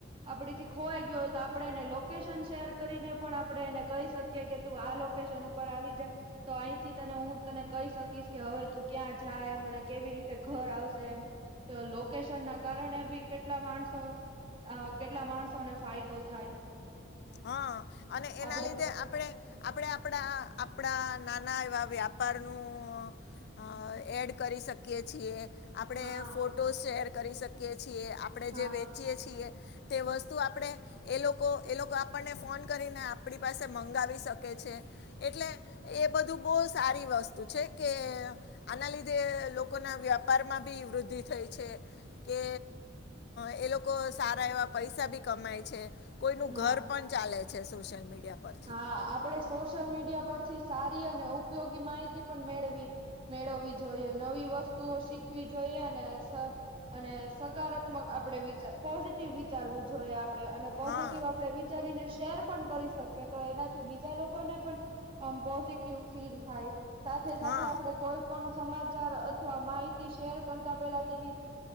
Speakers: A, on the right; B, on the left.
A: આપડી થી ખોવાઈ ગયું હોય તો આપણે એને લોકેશન શેર કરીને પણ આપ એને કહી શકીએ કે તું આ લોકેશન ઉપર આવી જ તો અહીંથી તને હું તને કહી શક કે હવે તું ક્યાં જાય મને કેવી રીતે ઘર આવશે એમ. તો લોકેશન ના કારણે બી કેટલા માણસો કેટલા માણસોને ફાયદો થાય.
B: હા અને એના
A: આપડે
B: લીધે આપણે આપડ આપડા આપણા નાના એવા વ્યાપારનું એડ કરી શકીએ છીએ. આપણેે
A: હા
B: ફોટો શેર કરી શકીએ છીએ આપડે
A: હા
B: જે વેચીયે છીએ. તે વસ્તુ આપણેે એ લોકો એ લોકો આપણને ફોન કરીને આપણી પાસે મંગાવી શકે છે એટલે એ બધું બહુ સારી વાત વસ્તુ છે કે આના લીધે લોકો ના વ્યાપારમાં બી વૃદ્ધિ થઈ છે. કે એ લોકો સારા એવા પૈસા ભી કમાય છે. કોઈ ન
A: હા
B: ઘર પણ ચાલે છે સોશિયલ મીડિયા પરથી
A: હા આપડે સો સોશિયલ મીડિયા પરથી સારી અને ઉપયોગી માહિતી પણ મેળવી મેળવવી જોઈએ નવી વસ્તુ વતુ શીખવી જોઈએ અને અને સકારાત્મક આપડે વિચાર પોઝિટિવ વિચાર જોએ આપણે અને પોઝિટિવ
B: હા
A: આપે વિચારીને શેર પણ કરી શકીએ. કે તો એનાથી બીજા લોકોને પણ પોઝિટિવ ફીલ થાય. સાથે સાથે
B: હા
A: આપડે કોઈ પણ સમાચાર અથવા માહિતી શેર કરતા પેલા તેની